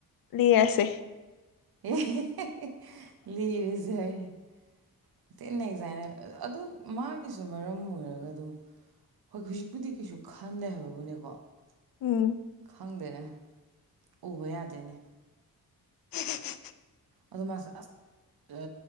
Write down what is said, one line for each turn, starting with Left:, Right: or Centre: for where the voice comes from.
Left: ꯂꯤꯔꯁꯦ
Right: <unintelligible> ꯂꯤꯔꯖꯦ ꯍꯥꯏꯅꯤ ꯊꯤ ꯅꯩꯖꯥꯅꯤ ꯑꯗꯨ ꯃꯥꯒꯤꯖꯨ ꯃꯔꯝ ꯑꯣꯏꯔꯒ ꯑꯗꯨꯝ ꯍꯣꯏ ꯍꯧꯖꯤꯛꯄꯨꯗꯤ ꯀꯩꯁꯨ ꯈꯟꯗꯦ ꯍꯥꯏꯕꯕꯨꯅꯦꯀꯣ
Left: ꯎꯝ
Right: ꯈꯪꯗꯦꯅꯦ ꯎꯕ ꯌꯥꯗꯦꯅꯦ
Left: <unintelligible>
Right: ꯑꯗꯨ ꯃꯥꯁꯦ ꯑꯁ ꯑ